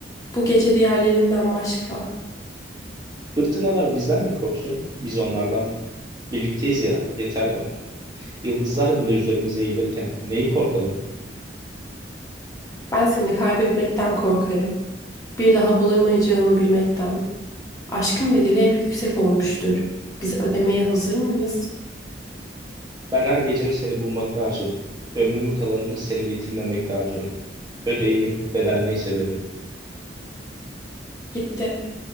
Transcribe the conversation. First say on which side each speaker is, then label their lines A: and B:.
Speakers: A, on the left; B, on the right.
A: Bu gece diğerlerinden başka.
B: Fırtınalar bizden mi korksun, biz onlardan mı? Birlikteyiz ya, yeter bana. Yıldızlar bile üzerimize eğilirken neyi korkalım?
A: Ben seni kaybetmekten korkarım. Bir daha bulamayacağımı bilmekten. Aşkın bedeli hep yüksek olmuştur. Biz ödemeye hazır mıyız?
B: Ben her gecemi seni bulmakla harcarım. Ömrümün kalanını seni yitirmemekle harcarım. Ödeyeyim, bedel neyse veririm.
A: Gitti.